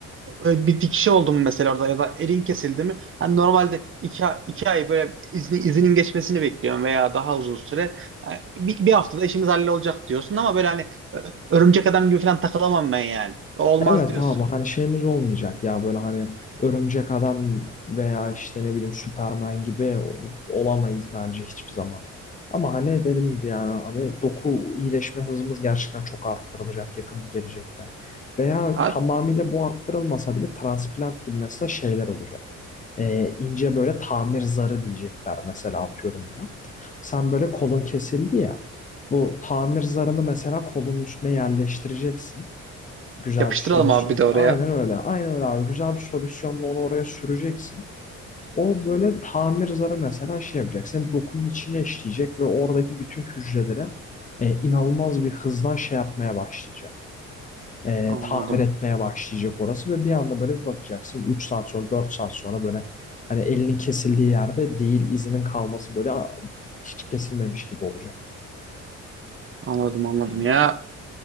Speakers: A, on the right (about 45°); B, on the left (about 25°).
A: e, bir dikişi oldu mu mesela orada ya da elin kesildi mi? Hani normalde iki, a- iki ay böyle izni, izinin geçmesini bekliyorum veya daha uzun süre. E, Bir, bir haftada işimiz hallolacak diyorsun ama böyle hani e, örümcek adam gibi falan takılamam ben yani. O olmaz
B: Evet
A: diyorsun.
B: abi hani şeyimiz olmayacak ya böyle hani örümcek adam veya işte ne bileyim Superman gibi o- olamayız bence hiçbir zaman. Ama hani dediğim gibi yani hani doku iyileşme hızımız gerçekten çok arttırılacak yakın bir gelecekte. Veya
A: Abi,
B: tamamıyla bu arttırılmasa bile transplant gibi mesela şeyler olacak. Ee, ince böyle tamir zarı diyecekler mesela atıyorum buna. Sen böyle kolun kesildi ya. Bu tamir zarını mesela kolun üstüne yerleştireceksin. Güzel
A: yapıştıralım
B: bir solüsyon.
A: abi bir de oraya.
B: Aynen öyle. Aynen öyle abi. Güzel bir solüsyonla onu oraya süreceksin. O böyle tamir zarı mesela şey yapacak. Senin dokunun içine işleyecek ve oradaki bütün hücrelere e, inanılmaz bir hızla şey yapmaya başlayacak. E,
A: Anladım.
B: tamir etmeye başlayacak orası ve bir anda böyle bir bakacaksın. 3 saat sonra 4 saat sonra böyle hani elinin kesildiği yerde değil izinin kalması böyle a, hiç kesilmemiş gibi olacak.
A: Anladım anladım ya.